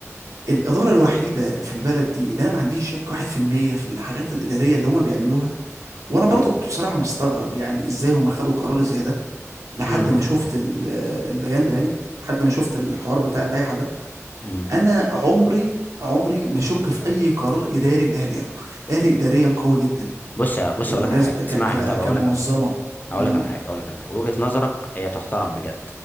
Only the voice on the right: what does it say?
الاداره الوحيده في البلد دي اللي انا ما عنديش شك 1% في المية في الحاجات الاداريه اللي هم بيعملوها وانا برضو كنت بصراحه مستغرب يعني ازاي هم خدوا قرار زي ده لحد
ما شفت ال- آه، البيان ده يعني لحد ما شفت الحوار بتاع اللائحه ده
انا عمري عمري ما شك في اي قرار اداري الاهلي ياخده الاهلي اداريا قوي جدا
بالمناسبة
ك
ك
كمنظمة
امم